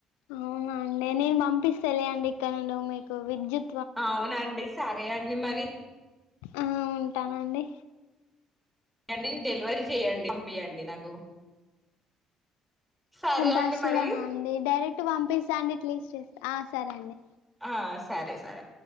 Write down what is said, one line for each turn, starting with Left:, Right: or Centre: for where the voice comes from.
Left: అవునండి నేను పంపిస్తలే అండి ఇక్కడ నుండి ఓ మీకు. కోవిడ్చుక్.
Centre: అవునాండి సరే అండి మరి.
Left: ఆహ్ ఉంటానండి.
Centre: అండి డెలివరీ చెయ్యండి పంపియండి నాకు. సరే
Left: బస్సులనా
Centre: అండి మరి.
Left: అండి డైరెక్ట్ పంపిస్తా అండి ఎట్లీస్ట్. ఆహ్ సరే అండి.
Centre: ఆహ్ సరే సరే.